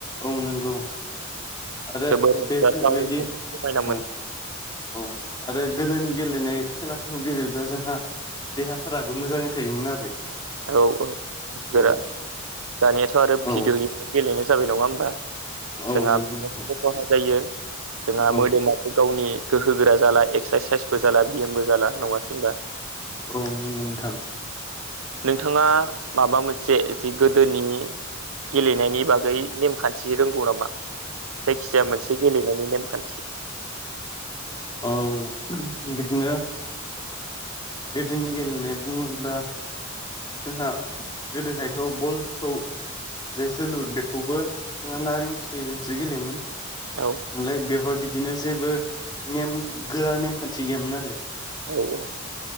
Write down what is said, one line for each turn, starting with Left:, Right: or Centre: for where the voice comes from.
Left: औ नंगौ। आरो
Right: जोबोर रंजाथाव
Left: बेफोरबायदि
Right: जोबोर समायनामोन
Left: औ औ। आरो गोदोनि गेलेनाय खेलाफोरखौ गेलेब्ला जोंहा देहाफोराबो मोजाङै थायोमोन आरो।
Right: औ औ गोरा
Left: औ
Right: दानियाथ' आरो
Left: औ
Right: भिडिअ गेमाव गेलेनाय जाबाय नङा होमबा।
Left: औ
Right: जोंहाबो
Left: नंगौ नोंथां
Right: खहा जायो जोंहा
Left: औ
Right: मोदोमाबो गावनि गोहो गोरा जाला एक्सारसाइसबो जाला बिएमबो जाला नङासै होमबा।
Left: औ नंगौ नोंथां।
Right: नोंथाङा माबा मोनसे जि गोदोनि गेलेनायनि बागै नेमखान्थि रोंगौ नामा? जायखिजाया मोनसे गेलेनायनि नेमखान्थि
Left: औ बिदिनो गोदिनि गेलेनाय बुंङोब्ला जोंहा गोदोहायथ' बलखौ जे जोलुर बेखौबो जोङो नारें फिथाइजोंसो गेलेयोमोन
Right: औ
Left: नालाय बेवहाय बिदिनो जेबो नेम गोरा नेमखान्थि गैयामोन आरो
Right: औ औ